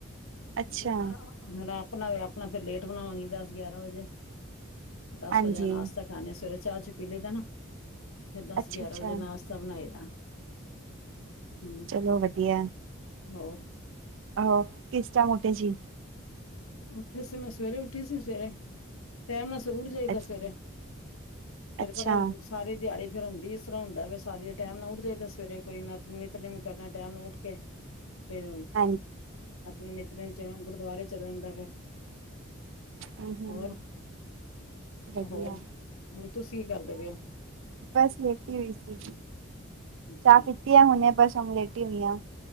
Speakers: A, on the right (about 65°); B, on the left (about 85°).
A: ਅੱਛਾ
B: ਨਾ ਆਪਣਾ ਵ ਆਪਣਾ ਫਿਰ ਲੇਟ ਬਣਾਵਾਂਗੀ ਦਸ ਗਿਆਰਾਂ ਵਜੇ। ਦਸ
A: ਹਾਂਜੀ
B: ਵਜੇ ਦਾ ਨਾਸ਼ਤਾ ਖਾਣੇ ਆ ਸਵੇਰੇ ਚਾਹ ਚ ਪੀਲੇ ਦਾ ਨਾ। ਫੇਰ ਦਸ
A: ਅੱਛਾ
B: ਗਿਆਰਾਂ
A: ਅੱਛਾ
B: ਵਜੇ ਨਾਸ਼ਤਾ ਬਣਾਏ ਦਾ। ਹਮ
A: ਚਲੋ ਵਧੀਆ।
B: ਹੋਰ
A: ਹੋਰ ਕਿਸ ਟਾਈਮ ਉੱਠੇ ਸੀ।
B: ਉੱਠੀ ਸੀ ਮੈਂ ਸਵੇਰੇ ਉੱਠੀ ਸੀ ਸਵੇਰੇ ਟਾਈਮ ਨਾਲ ਸੂਰੂੂਰ ਜਾਈਦਾ
A: ਅੱਛਾ
B: ਸਵੇਰੇ। ਫੇਿਰ
A: ਅੱਛਾ
B: ਪਤਾ ਵੀ ਸਾਰੀ ਦਿਹਾੜੀ ਫਿਰ ਹੁੰਦੀ ਇਸ ਤਰ੍ਹਾਂ ਹੁੰਦਾ ਵੀ ਸਾਰੀ ਟਾਈਮ ਨਾ ਉੱਠ ਜਾਏ ਤੇ ਸਵੇਰੇ ਕੋਈ ਨ ਨਿਤਨੇਮ ਕਰਨਾ ਟਾਈਮ ਉੱਠ ਕੇ <unintelligible> ਫਿਰ
A: ਹਾਂਜੀ
B: ਆਪਣੇ ਨੇਿੱਤਨੇਮ ਚ ਗੁਰਦੁਆਰੇ ਚੱਲਣ ਦਾ ਫਿਰ
A: ਹਮ ਹਮ
B: ਹੋਰ
A: ਵਧੀਆ।
B: ਹੋਰ ਹੁਣ ਤੁਸੀਂ ਕੀ ਕਰਦੇ ਪਏ ਹੋ
A: ਬਸ ਲੇਟੀ ਹੋਈ ਸੀ
B: ਅੱਛਾ
A: ਚਾਹ ਪੀਤੀ ਹੈ ਹੁਣੇ ਬਸ ਲੇਟੀ ਹੋਈ ਆ।